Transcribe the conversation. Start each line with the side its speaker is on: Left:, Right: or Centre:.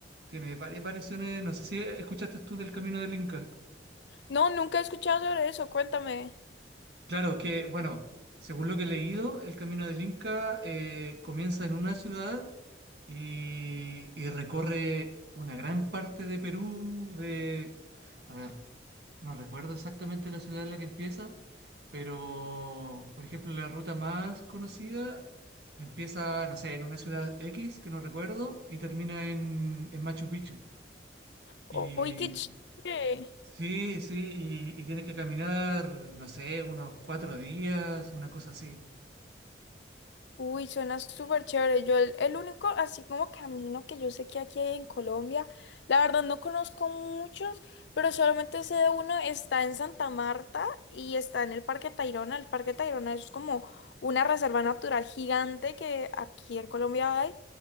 Right: tiene varias variaciones, no sé si escuchaste tú del Camino del Inca.
Left: No, nunca he escuchado sobre eso. Cuéntame.
Right: Claro que, bueno, según lo que he leído, el Camino del Inca eh, comienza en una ciudad y, y recorre una gran parte de Perú, de, a ver, No recuerdo exactamente la ciudad en la que empieza, pero por ejemplo la ruta más conocida empieza, no sé, en una ciudad X que no recuerdo y termina en, en Machu Picchu.
Left: O-
Right: Y
Left: Uy, qué chévere.
Right: sí, sí, y, y tienes que caminar, no sé, unos cuatro días, una cosa así.
Left: Uy, suena súper chévere. Yo el, el único, así como camino que yo sé que aquí hay en Colombia, la verdad no conozco muchos, pero solamente sé de uno, está en Santa Marta y está en el Parque Tayrona. El Parque Tayrona es como una reserva natural gigante que aquí en Colombia hay.